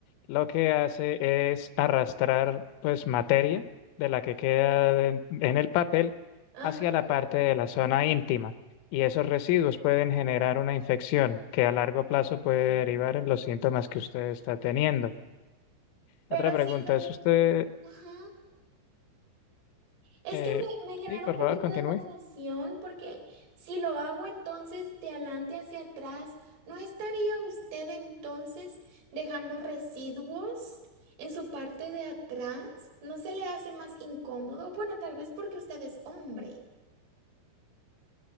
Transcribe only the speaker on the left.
lo que hace es arrastrar pues materia de la que queda de- en el papel
hacia la parte de la zona íntima. Y esos residuos pueden generar una infección que a largo plazo puede derivar en los síntomas que usted está teniendo.
Otra pregunta
es usted,
eh,
sí, por
favor, continúe.